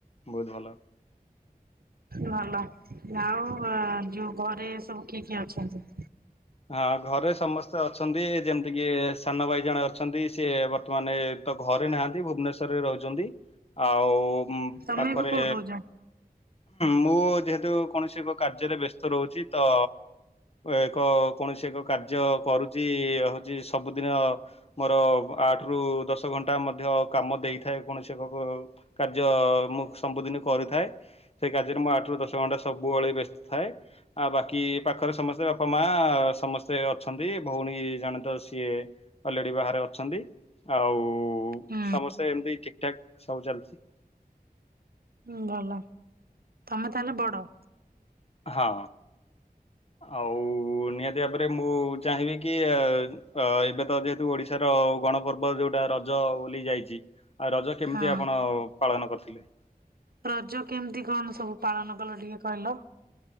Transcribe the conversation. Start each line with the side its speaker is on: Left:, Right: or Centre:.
Left: ବହୁତ ଭଲ
Right: ଭଲ ଆଉ ଅ ଯୋଉ ଘରେ ସବୁ କିଏ କିଏ ଅଛନ୍ତି।
Left: ହଁ ଘରେ ସମସ୍ତେ ଅଛନ୍ତି ଯେମତି କିି ସାନ ଭାଇ ଜଣେ ଅଛନ୍ତି ସିଏ ବର୍ତ୍ତମାନ ଏ ତ ଘରେ ନାହାନ୍ତି ଭୁବନେସର ରେ ରହୁଛନ୍ତି ଆଉ ମ
Right: ତମେ
Left: ପାଖରେ
Right: ଏବେ କୋଉଠି ରହୁଛ?
Left: ମୁଁ ଯେହେତୁ କୌଣସି ଏକ କାର୍ଯ୍ୟରେ ବ୍ୟସ୍ତ ରହୁଛି ତ ଏକ କୌଣସି ଏକ କାର୍ଯ୍ୟ କରୁଛି ହଉଛି ସବୁଦିନ ମୋର ଆଠ ରୁ ଦଶ ଘଣ୍ଟା ମଧ୍ୟ କାମ ଦେଇଥାଏ କୌଣସି ଏକ କାର୍ଯ୍ୟ ମୁଁ ସବୁଦିନ କରିଥାଏ। ସେ କାର୍ଯ୍ୟରେ ମୁଁ ଆଠ ରୁ ଦଶ ଘଣ୍ଟା ସବୁବେଳେ ବ୍ୟସ୍ତ ଥାଏ। ଆଉ ବାକି ପାଖରେ ସମସ୍ତେ ବାପା ମା ସମସ୍ତେ ଅଛନ୍ତି ଭଉଣୀ ଜଣେ ତ ସିଏ ଅଲରେଡ଼ି ବାହାରେ ଅଛନ୍ତି। ଆଉ
Right: ହୁଁ।
Left: ସମସ୍ତେ ଏମିତି ଠିକ୍ ଠାକ୍ ସବୁ ଚାଲିଛି।
Right: ହୁଁ ଭଲ ତମେ ତାହେଲେ ବଡ
Left: ହଁ। ଆଉ ନିହାତି ଭାବରେ ମୁଁ ଚାହିଁବି କି ଅ। ଅ ଏବେ ତ ଯେହେତୁ ଓଡିଶାର ଗଣପର୍ବ ଯୋଉଟା ରଜ ବୋଲି ଯାଇଛି। ଆଉ ରଜ କେମିତି
Right: ହଁ
Left: ଆପଣ ପାଳନ କରିଥିଲେ।
Right: ରଜ କେମିତି କଣ ସବୁ ପାଳନ କଲ ଟିକେ କହିଲ।